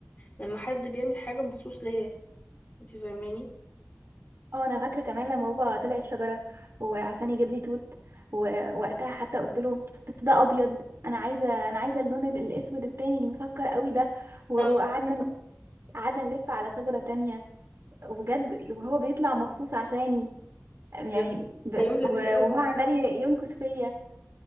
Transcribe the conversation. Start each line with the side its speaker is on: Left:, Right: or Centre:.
Left: لما حد بيعمل حاجة مخصوص ليا انت فاهماني
Right: اه انا فاكرة كمان لما بابا طلع الشجرة وعشان يجيب لي توت ووقتها حتى قلت له بس ده ابيض انا عايزة انا عايزة اللون ال- الاسود التاني المسكر قوي ده و-
Left: اه
Right: وقعدنا قعدنا نلف على شجرة تانية وبجد وهو بيطلع مخصوص عشاني يعني
Left: ده يوم
Right: ب...
Left: ده يوم لذيذ
Right: و-
Left: قوي
Right: وهو عمال ي- ينكش فيا